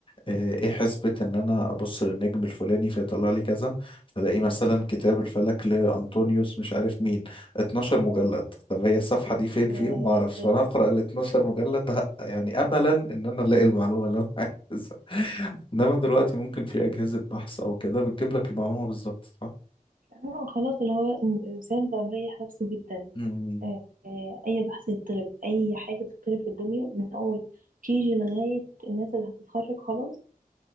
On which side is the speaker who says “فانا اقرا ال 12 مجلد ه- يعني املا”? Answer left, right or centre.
Left